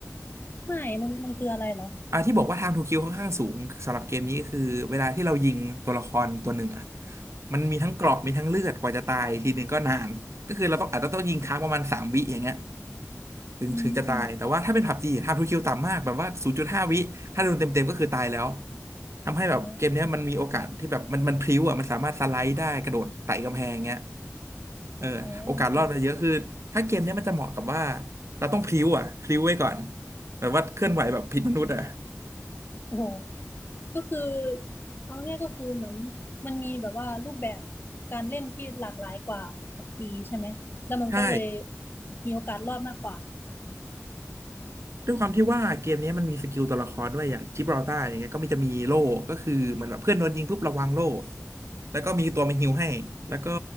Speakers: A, on the left; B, on the right.
A: ไม่มันมันคืออะไรเหรอ
B: อ่าที่บอกว่าไทางทูคิวค่อนข้างสูงสำหรับเกมนี้คือเวลาที่เรายิงตัวละครตัวหนึ่งอ่ะมันมีทั้งเกราะมีทั้งเลือดกว่าจะตายทีหนึ่งก็นานก็คือเราต้องอาจจะต้องยิงค้างประมาณสามวิอย่างเงี้ยถึงถึงจะตายแต่ว่าถ้าเป็นผับจีไทางทูคิวต่ำมากแบบว่าศูนย์จุดห้าวิถ้าโดนเต็มเก็คือตายแล้ว
A: อืม
B: ทำให้แบบเกมเนี้ยมันมีโอกาสที่แบบมันมันพลิ้วอ่ะมันสามารถสไลด์ได้กระโดดไต่กำแพงเงี้ย
A: อ๋อ
B: เออโอกาสรอดมันเยอะคือถ้าเกมเนี้ยมันจะเหมาะกับว่า
A: อ๋อโอเค
B: เราต้องพลิ้วอ่ะพลิ้วไว้ก่อนแบบว่าเคลื่อนไหวแบบผิดมนุษย์อ่ะ
A: โอ้โหก็คือเอาง่ายๆก็คือเหมือนมันมีแบบว่ารูปแบบการเล่นที่หลากหลายกว่าผับจีใช่ไหมแล้วมันก็เลย
B: ใช่
A: มีโอกาสรอดมากกว่า
B: ด้วยความที่ว่าเกมนี้มันมีสกิลตัวละครด้วยอย่างจิบราลตาร์อย่างเงี้ยก็มีจะมีโล่ก็คือเหมันแบบเพื่อนโดนยิงปุ๊บระวังโล่แล้วก็มีตัวมาฮีลให้แล้วก็